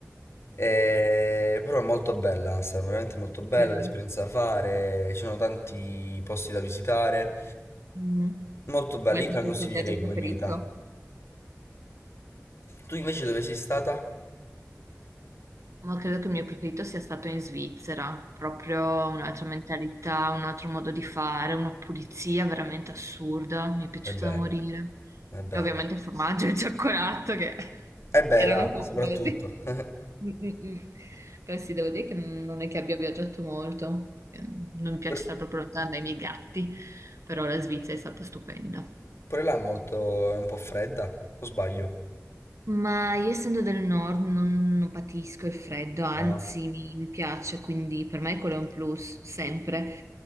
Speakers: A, on the left; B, on the right.
A: Eh, però è molto bella, Amsterdam, veramente molto bella,
B: Eh,
A: l'esperienza da fare, ci sono tanti posti da visitare.
B: mm.
A: Molto bella,
B: Ma è
A: io
B: stato
A: te la consiglierei
B: il tuo viaggio
A: come
B: preferito?
A: meta. Tu invece dove sei stata?
B: Ma credo che il mio preferito sia stato in Svizzera, proprio un'altra mentalità, un altro modo di fare, una pulizia veramente assurda, mi è piaciuta
A: E beh,
B: da morire.
A: e
B: E
A: beh,
B: ovviamente il formaggio e il cioccolato che <laughs>
A: e beh
B: erano
A: là,
B: fabulosi.
A: soprattutto. <laughs>
B: Mm, mm, mm. Però sì, devo dire che non è che abbia viaggiato molto, perché non mi piace
A: Pure
B: stare proprio lontana dai miei gatti, però la Svizzera è stata stupenda.
A: pure là è molto, è un po' fredda, o sbaglio?
B: Ma io essendo del nord non, non patisco il freddo, anzi
A: Ah,
B: mi, mi piace, quindi per me quello è un plus, sempre.